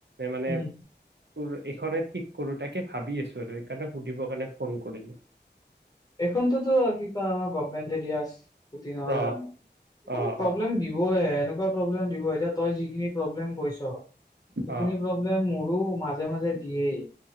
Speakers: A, on the right; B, on the left.
A: মানে
B: উম।
A: তোৰ এইখনে ঠিক কৰো তাকে ভাবি আছো আৰু এইকাৰণে সুধিব কাৰণে ফোন কৰিলো।
B: এখনতোতো কি কয় আমাৰ গভমেটে হৈছে। স্কুটি নহয়
A: অ
B: জানো
A: অ
B: প্ৰব্লেম
A: অ
B: দিবইে এনেকুৱা প্ৰব্লেম দিবই। এতিয়া তই যিখিনি প্ৰব্লেম হৈছ। এইখিনি
A: অ
B: প্ৰব্লেম মোৰো মাজে। মাজে মাজে দিয়েই।